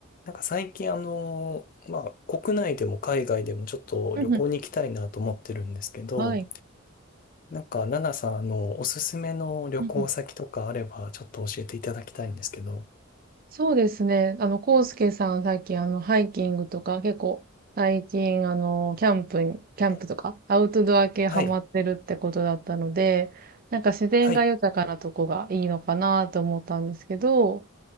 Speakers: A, on the left; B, on the right.
A: なんか最近あの、まあ国内でも海外でもちょっと旅行に行きたいなと思ってるんですけど、
B: うんうん。はい。
A: なんかナナさんあのおすすめの旅行先とかあればちょっと教えていただきたいんですけど。
B: うんうん。そうですね。あの、コウスケさん、さっきあの、ハイキングとか、結構、最近、あの、キャンプに、キャンプとか、
A: え
B: アウトドア系ハマってるってことだったので、
A: はい、
B: なんか自然が豊かなとこがいいのかなと思ったんですけど、
A: はい、